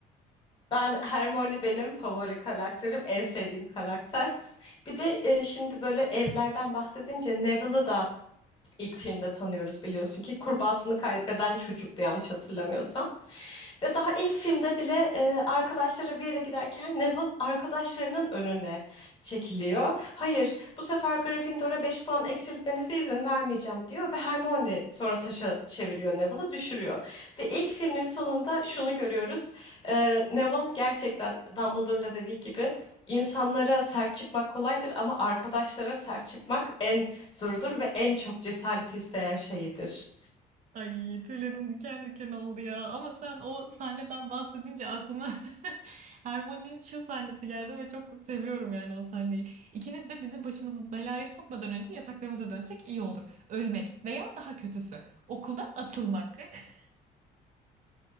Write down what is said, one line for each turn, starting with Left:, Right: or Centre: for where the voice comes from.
Left: Ben Hermione benim favori karakterim, en sevdiğim karakter. Bir de e, şimdi böyle evlerden bahsedince Neville'ı da ilk filmde tanıyoruz biliyorsun ki kurbağasını kaybeden çocuktu yanlış hatırlamıyorsam. Ve daha ilk filmde bile e, arkadaşları bir yere giderken Neville arkadaşlarının önüne çekiliyor. Hayır, bu sefer Gryffindor'a 5 puan eksiltmenize izin vermeyeceğim diyor ve Hermione sonra taşa çeviriyor Neville'ı düşürüyor. Ve ilk filmin sonunda şunu görüyoruz. Ee, Neville gerçekten Dumbledore'un da dediği gibi insanlara sert çıkmak kolaydır ama arkadaşlara sert çıkmak en zorudur ve en çok cesaret isteyen şeyidir.
Right: Ay tüylerim diken diken oldu ya. Ama sen o sahneden bahsedince aklıma <laughs> Hermione'nin şu sahnesi geldi ve çok seviyorum yani o sahneyi. İkiniz de bizim başımızı belaya sokmadan önce yataklarımıza dönsek iyi olur. Ölmek veya daha kötüsü okuldan atılmak. <laughs>